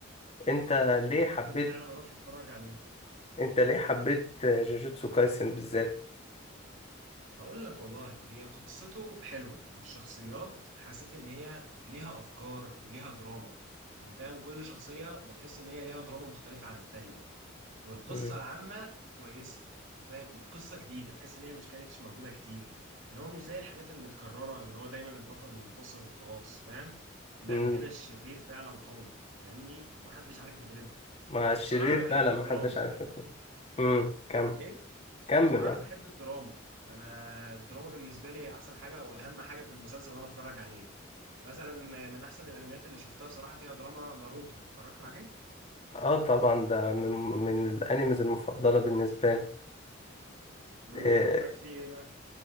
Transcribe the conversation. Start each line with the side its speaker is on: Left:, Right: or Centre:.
Left: انت ليه
Right: ممكن
Left: حبيت
Right: فعلا اروح اتفرج عليه
Left: انت ليه حبيت جوجوتسو كايسن بالذات
Right: هقول لك والله هي قصته حلوة والشخصيات حسيت ان هي ليها افكار وليها دراما يعني فاهم كل شخصية بتحس ان هي ليها دراما مختلفة عن التانية والقصه
Left: مم.
Right: العامه كويسه وفاهم قصه جديده تحس ان هي مش كانتش موجوده كتير اللي هو مش زي الحاجات المتكرره اللي هو دايما البطل ينتصر وخلاص فاهم لا
Left: مم.
Right: هنا الشرير فعلا قوي فاهمني ومحدش عارف يغلبه
Left: مع الشرير
Right: بصراحه انا بحب
Left: فعلا
Right: الدراما
Left: ما حدش عارف يكون مم. كمل
Right: ايه
Left: كمل
Right: بصراحه انا
Left: اه
Right: بحب الدراما فانا الدراما بالنسبه لي هي احسن حاجه واهم حاجه في المسلسل اللي انا اتفرج عليه مثلا من احسن الانميات اللي شفتها بصراحه فيها دراما ناروتو اتفرجت عليه
Left: آه طبعا ده من, من الانيمز المفضله بالنسبه لي
Right: امم
Left: إيه
Right: عجبك فيه ايه بقى